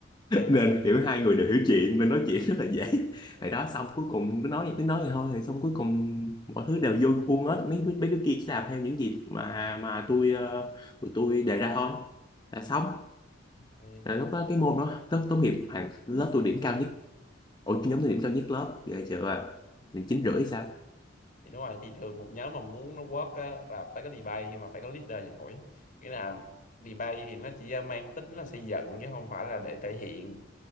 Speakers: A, on the left; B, on the left.
A: thường
B: nên
A: thì-
B: kiểu
A: vậy.
B: hai người đều hiểu chuyện nên nói chuyện rất là dễ
A: đúng
B: thì
A: không?
B: đó xong cuối cùng cứ nói cứ nói vậy thôi thì xong cuối cùng mọi thứ đều vô khuôn hết mấy mấy đứa kia chỉ làm theo những gì mà mà tôi ờ, tụi tôi đề ra thôi là xong
A: vậy
B: là
A: thì
B: lúc đó cái môn đó tốt tốt nghiệp hàng lớp tôi điểm cao nhất ủa nhóm tôi điểm cao nhất lớp ghê chưa à chín
A: nó
B: rưỡi sao
A: thì đúng rồi thì thường một nhóm mà muốn nó work á, là phải có debate nhưng mà phải có leader giỏi nghĩa là debate thì nó chỉ mang tính là xây dựng chứ không phải là để thể hiện